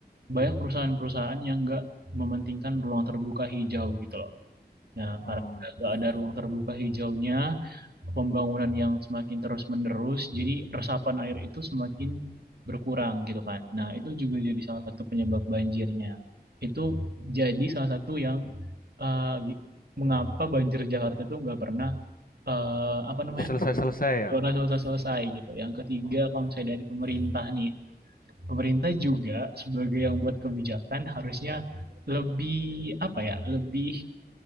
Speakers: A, on the right (about 70°); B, on the left (about 55°).
A: banyak perusahaan-perusahaan yang nggak mementingkan ruang terbuka hijau gitu loh. Nah,
B: Oh,
A: karena nggak ada ruang terbuka hijaunya, pembangunan yang semakin terus-menerus, jadi resapan air itu semakin berkurang gitu kan. Nah, itu juga jadi salah satu penyebab banjirnya. Itu jadi salah satu yang eh, gi- mengapa banjir Jakarta tuh nggak pernah eh, apa namanya
B: selesai-selesai
A: pernah
B: ya.
A: selesai-selesai gitu. Yang ketiga,
B: Oke.
A: kalau misalnya dari pemerintah nih, pemerintah juga sebagai yang buat kebijakan harusnya lebih apa ya, lebih